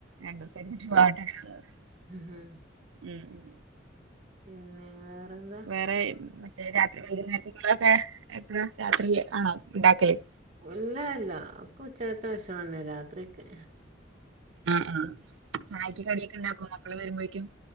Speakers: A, on the right; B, on the right.
A: രണ്ടൂസം കഴിഞ്ഞിട്ട് പോവാ <unintelligible>
B: ഉം ഹും
A: ഉം ഉം
B: പിന്നെ വേറെ എന്താ?
A: വേറെ മറ്റേ രാത്രി വൈകുന്നേരത്തിന് ഉള്ളതൊക്കെ എപ്പഴ രാത്രി ആണോ ഇണ്ടാക്കെല്?
B: ഉല്ല ഇല്ല ഒക്കെ ഉച്ചക്കത്തെ ഭക്ഷണെന്നെ രാത്രിയെക്കെ
A: ആഹ് ആഹ് ചായക്ക് കടിയൊക്കെ ഇണ്ടാക്കോ മക്കള് വെരുമ്പഴെക്കും?